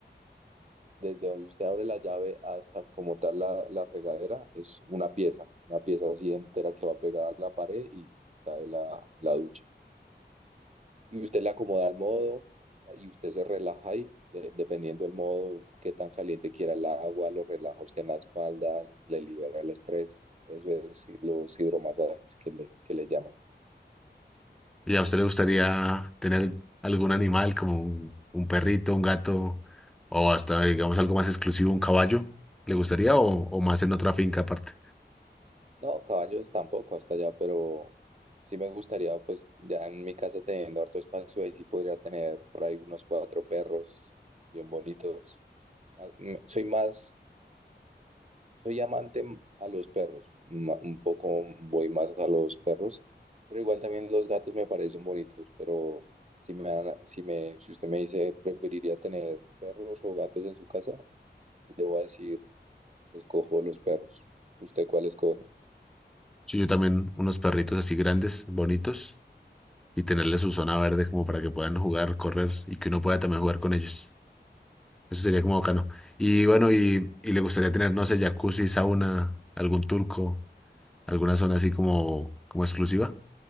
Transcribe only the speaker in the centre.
¿Y a usted le gustaría tener algún animal como un, un perrito, un gato o hasta, digamos, algo más exclusivo, un caballo? ¿Le gustaría o, o más en otra finca aparte?
Sí, yo también unos perritos así grandes, bonitos. y tenerle su zona verde como para que puedan jugar, correr y que uno pueda también jugar con ellos. Eso sería como bacano. Y bueno, y, y le gustaría tener, no sé, jacuzzi, sauna, algún turco, alguna zona así como, como exclusiva